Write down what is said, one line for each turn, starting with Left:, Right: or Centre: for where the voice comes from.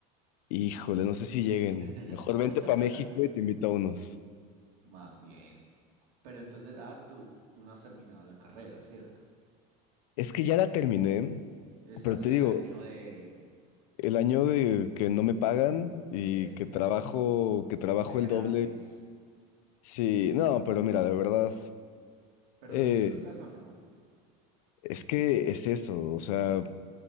Left: Híjole, no sé si lleguen.
Right: <laughs>
Left: Mejor vente para México y te invito a unos.
Right: Más bien. Pero entonces, ah, tú, tú no has terminado la carrera, ¿cierto?
Left: Es que ya la terminé,
Right: Estás
Left: pero te
Right: en
Left: digo,
Right: el año de
Left: el año de que no me pagan y
Right: ese,
Left: que trabajo, que trabajo
Right: de
Left: el
Right: gratis.
Left: doble. Sí, no, pero mira, de verdad,
Right: ¿Pero
Left: eh,
Right: lo disfrutas o no?
Left: es que es eso, o sea,